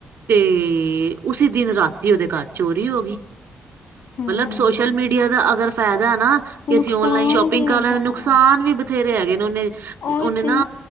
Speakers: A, on the right; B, on the left.
A: ਤੇ ਉਸੀ ਦਿਨ ਰਾਤੀ ਓਦੇ ਘਰ ਚੋਰੀ ਹੋਗੀ।
B: ਹੂੰ
A: ਮਤਲਬ ਸੋਸ਼ਲ ਮੀਡੀਆ ਦਾ ਅਗਰ ਫੈਦਾ ਐ ਨਾ ਕਿ
B: ਤੇ ਨੁਕਸਾਨ
A: ਅਸੀ ਔਨਲਾਈਨ ਸ਼ੋਪਿੰਗ
B: ਵੀ
A: ਕਰ
B: ਹੈਗਾ
A: ਲੈ, ਨੁਕਸਾਨ
B: ਆ
A: ਵੀ ਬਥੇਰੇ ਹੈਗੇ ਨੇ, ਓਨੇ,
B: ਉਹੀ
A: ਓਨੇ
B: ਤੇ
A: ਨਾ